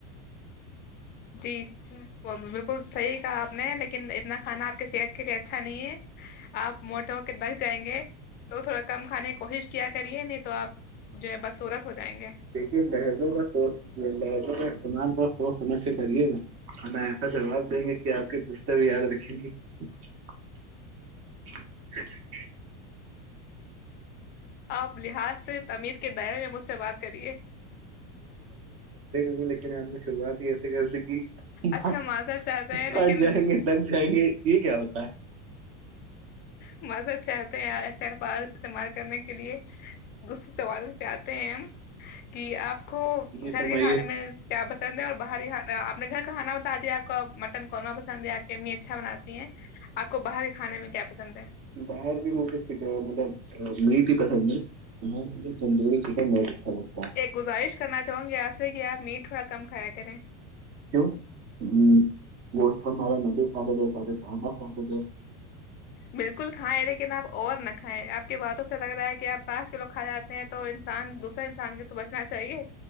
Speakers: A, on the left; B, on the right.
A: جی بالکل صحیح کہا آپ نے لیکن اتنا کھانا صحت کے لیے اچھا نہیں ہے آپ موٹو کے دک جائیں گے تو تھوڑا کم کھانے کی کوشش کیا کریے نہیں تو آپ جو ہے بسورت ہو جائیں گے
B: دیکھیے لہجوں کا سوچ لہجوں کا استعمال بہت سوچ سمجھ سے کریے گا ہمیں ایسا جواب دیں گے کہ آپ کی پشتہ بھی یاد رکھیں گی <unintelligible> <unintelligible>
A: آپ لحظ سے تمیز کے در یا مجھ سے بات کریے
B: ہوں لیکن د میں شروعات ہی ایسے کرتی کہ
A: اچھا معذرت چاہتے ہیں لیکن
B: پچ جائیں گے دک جائیں گے یہ کیا ہوتا ہے
A: مزد چاہتے ہیں ایسے اخبار استعمال کرنے کے لیے دوسرے سوالوں پہ آتے ہیں ہم کہ آپ آپ کو
B: جی
A: گھر
B: فرمائیے
A: کے کھانے میں پیا پسند ہے اور باہری اپنے گھر کا کھانا بتا دیا آپ کا مٹن قورمہ پسند ہے آپ کی امی اچھا بناتی ہیں آ کو باہر کانے میں کیا ہے
B: باہر بھی مجت اچھی مطلب میٹ ہی پسند ہے ہاں تندور ٹیک م خ
A: ایک گزارش کرنا چاہوں گی آپ سے کیا آپ میٹ تھوڑا کم کھایا کریں
B: ہ ہ گسٹ ماری ندی ف تھ ساریے ساردا ف تھ
A: بالکل کھائائےیں لیکن آپ اور نہ کھائےیں آپ کی باتوں سے لگ رہا ہے کہ آپ پانچ کلو کھا جاتے ہیں تو انسان دوسرے انسان کے تو بچنا چاہیے